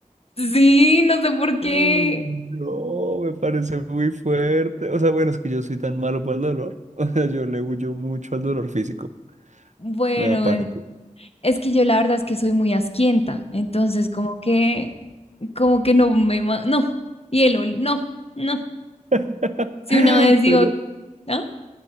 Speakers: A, on the left; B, on the right.
A: Sí, no sé por
B: Uy,
A: qué.
B: no, me parece muy fuerte. O sea, bueno, es que yo soy tan malo para el dolor. <laughs> O sea, yo le huyo mucho al dolor físico.
A: Bueno,
B: Me da pánico.
A: bueno. Es que yo la verdad es que soy muy asquienta, entonces como que, como que no me, ma- no, hielo, no, no.
B: <laughs>
A: Si una vez digo,
B: Pero,
A: ¿ah?